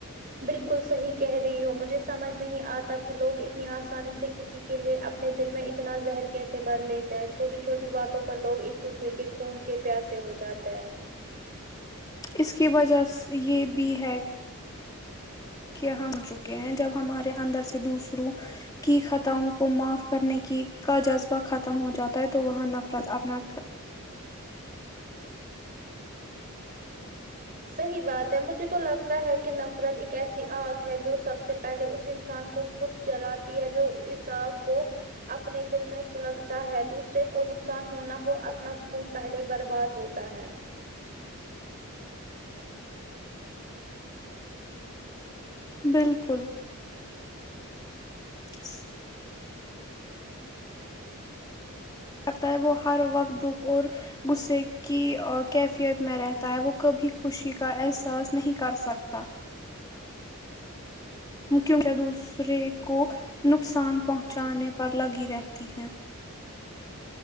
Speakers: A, on the right; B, on the left.
A: بالکل صحیح کہہ رہی ہو مجھے سمجھ نہیں آتا کہ لوگ اتنی آسانی سے کسی کے لیے اپنے دل میں اتنا زہر کیسے بڑ لیتا ہے چوٹی چھوٹی باتوں پر لوگ ایک دوسرے رے کہ خون کے پیاسے ہو جاتے ہیں
B: اس کی وجہ سے یہ بھی ہے کہ ہم چکے ہیں جب ہمارے اندر سے دوسروں کی خطاوں کو معاف کرنے کی کا جذبہ ختم ہو جاتا ہے تو وہاں نفرت اپنا
A: صحیح بات ہے مجھے تو لگتا ہے کہ نفرت ایک ایسی آگ ہے جو سب سے پہلے اس انسان کو خود جلاتی ہے جو اس آگ کو اپنے دل میں سلگتا ہے دوسرے کو نقصان ہونا ہو اپنا سکون پہلے برباد ہو تا ہے
B: بالکل سس کرتا ہے وہ ہر وقت دکھ اور غصے کی کیفیت میں رہتا ہے وہ کبھی خوشی کا احساس نہیں کر سکتا کونکہ دوسرے کو نقصان پہنچانے پر لگی رہتی ہیں